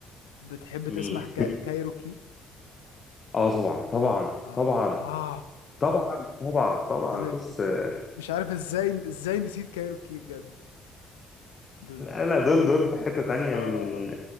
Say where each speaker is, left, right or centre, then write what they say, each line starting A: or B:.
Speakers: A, on the left; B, on the left.
A: بتحب
B: مين
A: تسمع
B: <laughs>
A: كا... كايروكي
B: اه طبعا طبعا
A: اه
B: طبعا
A: اه
B: طبعا طبعا طبعا
A: انا
B: بص آه،
A: مش عارف ازاي ازاي نسيت كايروكي بجد دول
B: لا لا دول دول في حتة تانية
A: اه
B: من